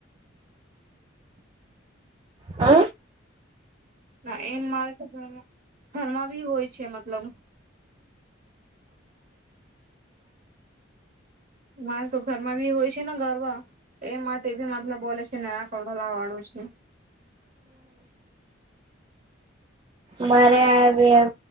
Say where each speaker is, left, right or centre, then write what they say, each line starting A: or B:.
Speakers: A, on the right (about 25°); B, on the right (about 45°).
A: હમ
B: ના એમ મારે તો ઘર ઘરમાં બી હોય છે મતલબ. મારે તો ઘરમાં બી હોય છે ને ગરવા એ માટે બી મતલબ બોલે છે નયા કપડા લાવવાનું છે.
A: મારે આ